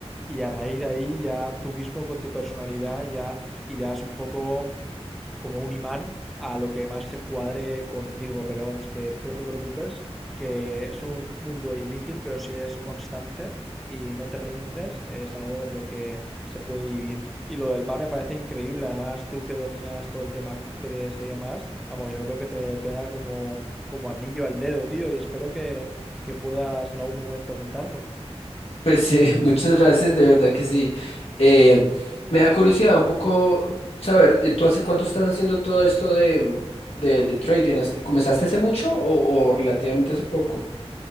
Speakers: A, in the centre; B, on the left (about 65°).
A: y a raíz de ahí ya tú mismo con tu personalidad ya irás un poco como un imán a lo que más se cuadre contigo. Pero vamos, que tú no te preocupes, que es un mundo difícil, pero si es constante y no te rindes, es algo de lo que se puede vivir. Y lo del bar me parece increíble. Además, tú que dominas todo el tema cócteles y demás, vamos, yo creo que te pega como, como anillo al dedo, tío, y espero que, que puedas en algún momento montarlo.
B: Pues eh, <laughs> muchas gracias, de verdad que sí. Eh, me da curiosidad un poco saber, eh, ¿tú hace cuánto estás haciendo todo esto de, de, de trading? ¿Hace- ¿Comenzaste hace mucho o o relativamente hace poco?